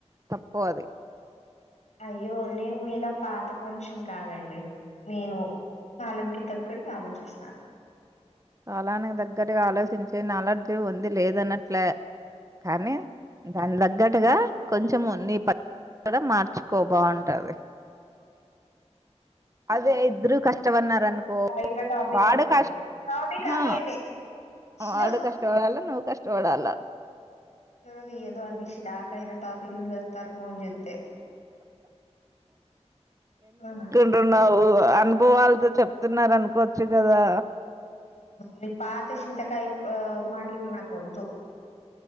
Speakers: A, on the right (about 30°); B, on the left (about 75°).
A: తప్పు అది
B: అయ్యో నేను మీలా పాతపోన్షిన్ కాదండి నేను కాలం కి తగ్గట్టు ఆలోచిస్తాన్
A: కాలానికి దగ్గరగా ఆలోచించే నాలడ్జీ ఉంది లేదనట్లే కానీ దాన్ తగ్గటుగా కొంచము నీ పద్ కూడా మార్చుకో బావుంటది అదే ఇద్దరు కష్టపనారు అనుకో
B: ఇంగ టాపిక్
A: వాడ
B: ఆపేయండి
A: కష్ట
B: టాపిక్
A: హు
B: ఆపేయండి వద్దు
A: వాడు కష్టవడాలా నువ్వు కష్టవడాలా
B: యోజీ ఏదో అనేషిరాకయినా టాపిక్లతే తరు ఫోన్ చేతే ఆ అ
A: టు నా ఉ అనుభవాల్తో చెప్తున్నారనుకోచ్చు కదా
B: నీ పాత సిన్తకాయ ఓ మాటల్ నాకొద్దు